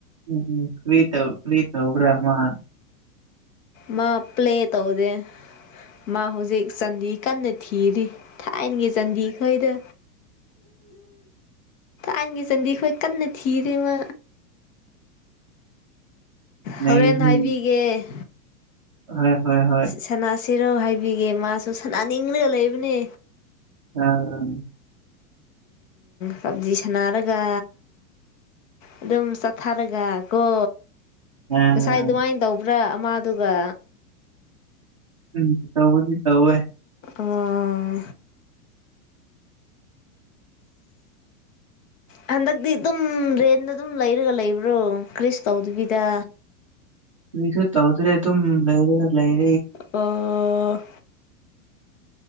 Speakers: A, on the right; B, on the left.
A: ꯎꯝ ꯀꯔꯤꯇꯧ ꯀ꯭ꯔꯤꯇꯧꯕ꯭ꯔꯃꯥꯟ
B: ꯃꯥ ꯄ꯭ꯂꯦ ꯇꯧꯁꯦ ꯃꯥ ꯍꯧꯖꯤꯛ ꯆꯥꯟꯗꯤ ꯀꯟꯅ ꯊꯤꯔꯤ ꯊꯥꯏꯅꯒꯤ ꯆꯟꯗꯤꯈꯩꯗ ꯥꯏꯟꯒꯤ ꯆꯟꯗꯤ ꯑꯩꯈꯣꯏ ꯀꯟꯅ ꯊꯤꯔꯦꯃ
A: ꯅꯩꯍꯦ
B: ꯍꯣꯔꯦꯟ ꯍꯥꯏꯕꯤꯒꯦ
A: ꯍꯣꯏ ꯍꯣꯏ ꯍꯣꯏ
B: ꯁꯅꯥꯁꯤꯔꯣ ꯍꯥꯏꯕꯤꯒꯦ ꯃꯥꯁꯨ ꯁꯅꯥꯅꯤꯡꯂꯒ ꯂꯩꯕꯅꯦ
A: ꯑꯥ
B: ꯁꯞꯖꯤ ꯁꯥꯟꯅꯥꯔꯒ ꯑꯗꯨ ꯑꯗꯨꯝ ꯁꯥꯊꯥꯔꯒꯀꯣ
A: ꯑꯥ
B: ꯉꯁꯥꯏ ꯑꯗꯨꯃꯥꯏꯅ ꯇꯧꯕ꯭ꯔꯥ ꯑꯃꯥꯗꯨꯒ
A: ꯎꯝ ꯇꯧ ꯅ ꯇꯧꯦ
B: ꯑꯥ ꯑ ꯍꯟꯗꯛꯇꯤ ꯑꯗꯨꯝ ꯔꯦꯗ ꯑꯗꯨꯝ ꯂꯩꯔꯒ ꯂꯩꯕ꯭ꯔꯣ ꯀ꯭ꯔꯤ ꯇꯧꯗꯕꯤꯗ
A: ꯏꯁꯨ ꯇꯧꯗ꯭ꯔꯦ ꯑꯗꯨꯝ ꯂ ꯂꯩ
B: ꯑꯣ
A: <unintelligible> <inaudible>